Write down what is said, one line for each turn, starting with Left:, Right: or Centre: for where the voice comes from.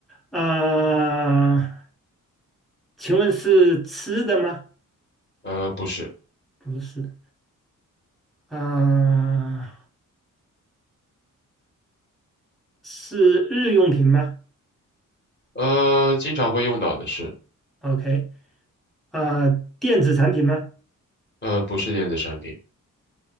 Centre: 啊、请问是吃的吗？
Left: 呃，不是，
Centre: 不是。啊、是日用品吗
Left: 呃，经常会用到的是，
Centre: ？OK。啊、电子产品吗？
Left: 呃，不是电子产品，